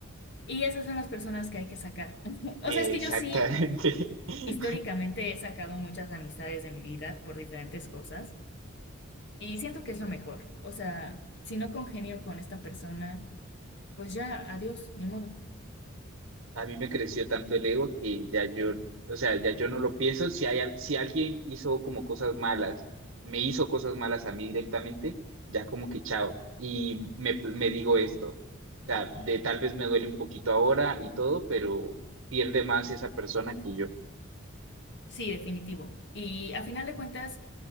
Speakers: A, on the left (about 60°); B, on the right (about 65°).
A: Y esas son las personas que hay que sacar. <laughs> O
B: Exactamente.
A: sea, es que yo sí.
B: <laughs>
A: Históricamente he sacado muchas amistades de mi vida por diferentes cosas y siento que es lo mejor. O sea, si no congenio con esta persona, pues ya, adiós, ni modo.
B: a mí me creció tanto el ego que ya yo, o sea, ya yo no lo pienso. Si hay, al- si alguien hizo como cosas malas, me hizo cosas malas a mí directamente, ya como que chao. Y me, me digo esto, o sea, de tal vez me duele un poquito ahora y todo, pero pierde más esa persona que yo.
A: Sí, definitivo. Y a final de cuentas,